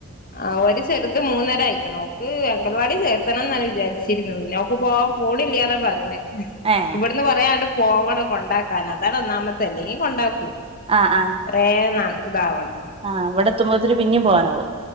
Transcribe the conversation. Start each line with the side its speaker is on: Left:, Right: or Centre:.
Left: ആഹ് ഒരു ചെറുത് മൂന്നര ആയിക്ക്ണ്. ഓക്ക് അങ്കൽവാടി ചേർത്തണം എന്നാ വിചാരിച്ചിര്ന്നു പിന്നെ ഇപ്പൊ പോവാൻ പോണില്ല്യാന്നാ പറിണത്.
Right: ഏഹ്
Left: ന്ന് കൊറെ ആണ്ട് പോവണം കൊണ്ടാക്കാൻ അതാണ് ഒന്നാമത്തെ. അല്ലെങ്കി കൊണ്ടാക്കു.
Right: ആഹ് ആഹ്
Left: റേ ന ഇതാവണം.
Right: ആഹ് വടെത്തുമ്പോത്ത്ന് പിന്നിം പോവാനാവും.